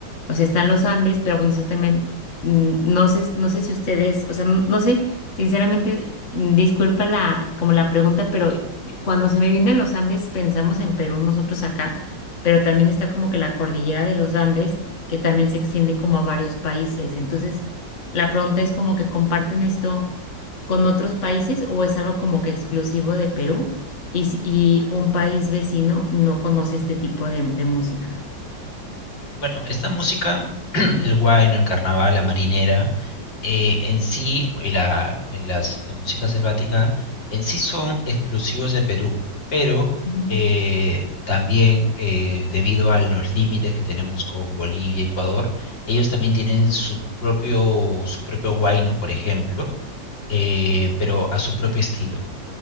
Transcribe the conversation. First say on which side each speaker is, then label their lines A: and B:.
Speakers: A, on the left (about 40°); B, on the left (about 70°).
A: o sea, están los Andes, pero bueno, eso también, mm, no sé, no sé si ustedes, o sea, n- no sé, sinceramente, mm, disculpa la, como la pregunta, pero yo- cuando se me vienen los Andes, pensamos en Perú, nosotros acá, pero también está como que la cordillera de los Andes, que también se extiende como a varios países. Entonces, la pregunta es como que comparten esto con otros países o es algo como que exclusivo de Perú y, si- y un país vecino no conoce este tipo de, de música?
B: Bueno, esta música, <clears throat> el huayno, el carnaval, la marinera, eh, en sí, y la, en las, la música selvática, en sí son exclusivos de Perú, pero
A: Mm.
B: eh, también eh, debido a los límites que tenemos con Bolivia, y Ecuador, ellos también tienen su propio, su propio huayno, por ejemplo, eh, pero a su propio estilo,